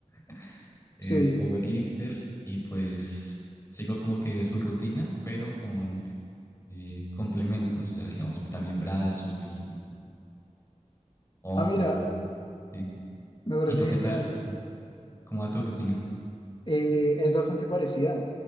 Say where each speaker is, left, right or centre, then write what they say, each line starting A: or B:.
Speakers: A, on the left; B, on the left.
A: <laughs> es
B: Sí.
A: powerlifter y pues sigo como que su rutina, pero con eh, complementos, o sea, digamos también brazo y hombro.
B: Ah, mira,
A: Sí.
B: me parece
A: ¿Y tú qué
B: genial.
A: tal? ¿Cómo, cómo va tu rutina?
B: Eh, es bastante parecida.